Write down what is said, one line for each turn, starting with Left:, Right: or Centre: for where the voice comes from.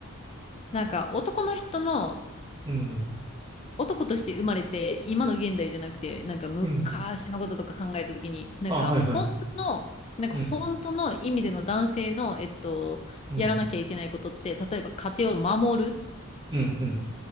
Left: なんか男の人の
Right: うん、
Left: 男として生まれて、今の現代じゃなくて、なんか昔のこととか考えたときに、
Right: うん。
Left: なんか本当の、
Right: あ、はいはい。
Left: なんか本当の意味での男性の、
Right: うん、
Left: えっと、
Right: うん、
Left: やらなきゃいけないことって、例えば家庭を守る
Right: うん、うん、